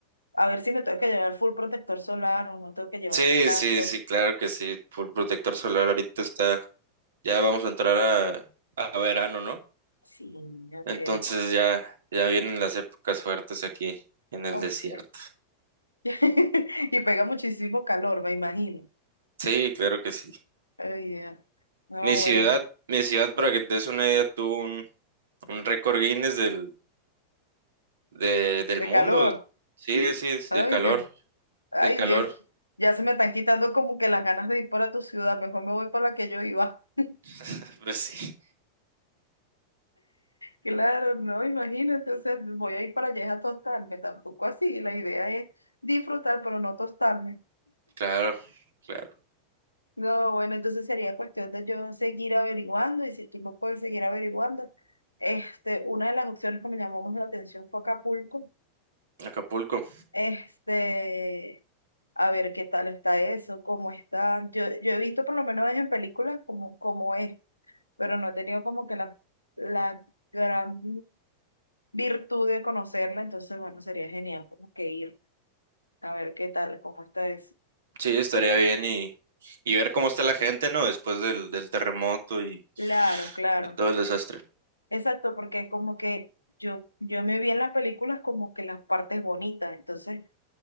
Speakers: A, on the left; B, on the right.
A: A ver si me tengo que llevar full protector solar o no tengo que llevarme
B: Sí,
A: tanto.
B: sí, sí, claro que sí. Full protector solar ahorita está, ya vamos a entrar a, a verano, ¿no?
A: Sí, ok.
B: Entonces ya, ya vienen las épocas fuertes aquí en el
A: Ok.
B: desierto.
A: <laughs> Y pega muchísimo calor, me imagino.
B: Sí, claro que sí.
A: Ay, Dios. No,
B: Mi ciudad,
A: bueno,
B: mi ciudad, para que te des una idea, tuvo un, un récord Guinness del, de- del
A: de
B: mundo.
A: calor.
B: Sí, sí, es
A: Ay,
B: de calor,
A: Dios. Ay,
B: de calor.
A: Dios. Ya se me están quitando como que las ganas de ir para tu ciudad. Mejor me voy para la que yo iba. <laughs>
B: <laughs> Pues sí,
A: Claro, no, imagínate. O sea, voy a ir para allá a tostarme. Tampoco así. La idea es disfrutar, pero no tostarme.
B: claro, claro.
A: No, bueno, entonces sería cuestión de yo seguir averiguando y si tú no puedes seguir averiguando. Este, una de las opciones que me llamó más la atención fue Acapulco.
B: Acapulco.
A: Este, a ver qué tal está eso, cómo está. Yo, yo he visto por lo menos en películas cómo, cómo es, pero no he tenido como que la, la gran virtud de conocerla, entonces bueno, sería genial como que ir a ver qué tal, cómo está eso.
B: Sí, estaría bien y, y ver cómo está la gente, ¿no? Después del, del terremoto y,
A: Claro, claro.
B: y todo el desastre.
A: Exacto, porque como que yo, yo me vi en las películas como que las partes bonitas, entonces